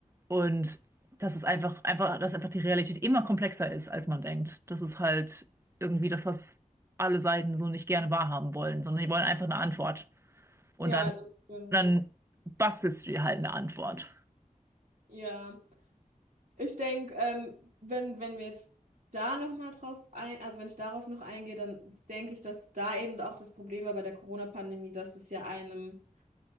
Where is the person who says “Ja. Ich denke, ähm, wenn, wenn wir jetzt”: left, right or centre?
Right